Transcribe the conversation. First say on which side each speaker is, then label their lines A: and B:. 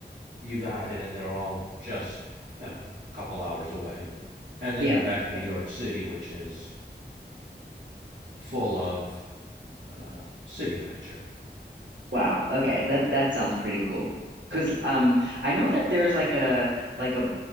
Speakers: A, on the right; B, on the right.
A: you got it and they're all just you know a couple hours away and then
B: yeah.
A: you're back to
B: yeah.
A: new york city which is full of uh, city adventure
B: Wow. Okay. That that sounds pretty cool. 'Cause um I know that there's like a like a